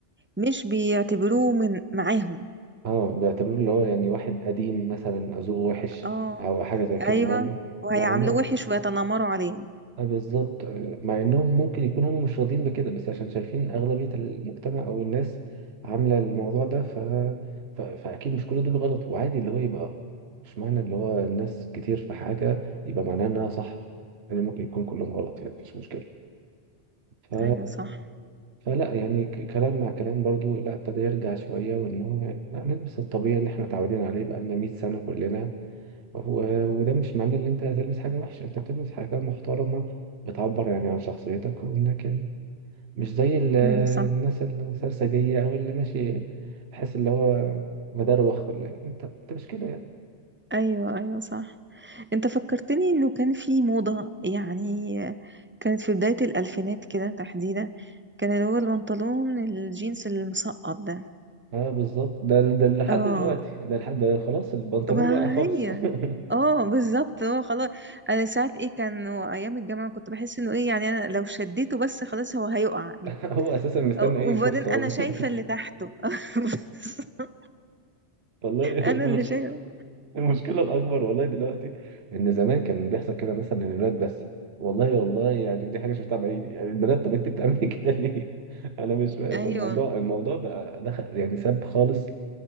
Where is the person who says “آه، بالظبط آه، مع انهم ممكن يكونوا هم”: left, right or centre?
Right